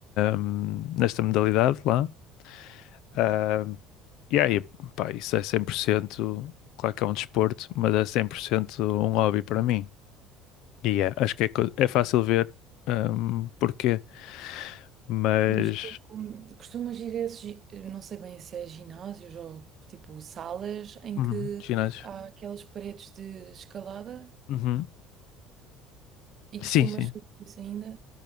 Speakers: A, on the left (about 65°); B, on the right (about 40°).
A: hum, nesta modalidade lá.
B: Uhum.
A: Ah, e aí, pá, isso é 100% claro que é um desporto, mas é 100% um hobby para mim. E é, acho que é, co- é fácil ver, hum, porquê, mas...
B: Mas tu hum, costumas ir a esses, gi- não sei bem se é ginásios ou tipo salas em
A: Uhum,
B: que
A: ginásios.
B: há aquelas paredes de escalada?
A: Uhum.
B: E
A: Sim,
B: costumas
A: sim.
B: fazer isso ainda?